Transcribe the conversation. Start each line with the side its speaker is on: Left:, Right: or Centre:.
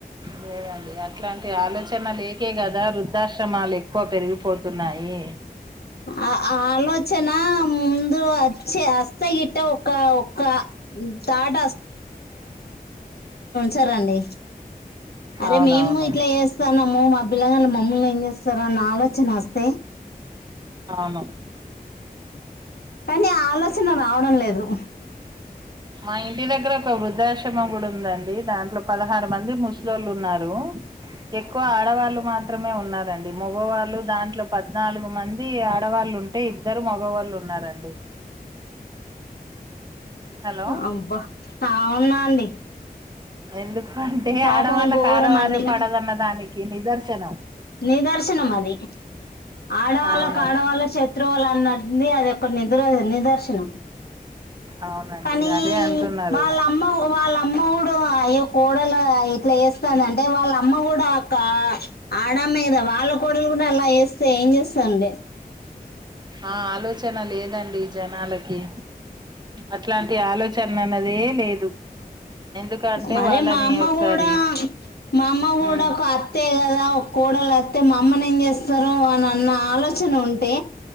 Right: లేదండి అట్లాంటి ఆలోచన లేకే కదా వృద్ధాశ్రమాలు ఎక్కువ పెరిగిపోతున్నాయి
Left: ఆ ఆలోచన ముందు వచ్చే అస్తే గిట్ట ఒక ఒక్క తాట సరండి అరే
Right: అవునవును
Left: మేము ఇట్లా చేస్తాన్నాము మా పిల్లగాలు మమ్మల్ని ఏం చేస్తారు నా ఆలోచన మస్తే
Right: అవునా ఉమ్
Left: కానీ ఆ ఆలోచన రావడం లేదు
Right: మా ఇంటి దగ్గర ఒక వృద్ధాశ్రమం గూడ ఉందండి దాంట్లో పదహారు మంది ముస్లళ్లు ఉన్నారు ఎక్కువ ఆడవాళ్లుు మాత్రమే ఉన్నారంండి మగవాళ్ళు దాంట్లో పద్నాలుగు మంది ఆడవాళ్ళ డి ఇద్దరు మగవాళ్ళు ఉన్నారండి హలో
Left: అబ్బా అవున్నా అండి
Right: ఎందుకంటే
Left: పాపం
Right: ఆడవాళ్ళ
Left: ఘోరం
Right: ఆడవారే
Left: అండి
Right: పడదన్న దానికి నిదర్శనం
Left: నిదర్శనం అది ఆడవాళ్ళకి
Right: అవును
Left: ఆడవాళ్ళే శత్రువుళ్ల అన్నటు ఉంది అది ఒకక్క ని ఇ నిదర్శనం
Right: అవునండి
Left: కానీ
Right: అదే అంటున్నారు
Left: వాళ్ళ అమ్మ వాళ్ళ అమ్మడు ఆ యొక్క కోడల ఇట్లా వేస్తందింటే వాళ్ళ అమ్మ కూడా ఒక్క ఆడ ఆమె కదా వాళ్ళ కోడలు కూడా అలా చేస్తే ఏం చేస్తాండి
Right: ఆ ఆలోచన లేదండి జనాలకి అట్లాంటి ఆలోచన అన్నదే లేదు ఎందుకంటే
Left: మరే
Right: వాళ్ళని
Left: మా అమ్మ
Right: ఒకసారి
Left: కూడా మా అమ్మ కూడా
Right: ఉమ్
Left: ఒక అత్త ఎ కదా ఒక కోడళ అతే మా అమ్మని ఏం చేస్తారు అని అ నా ఆలోచన ఉంటే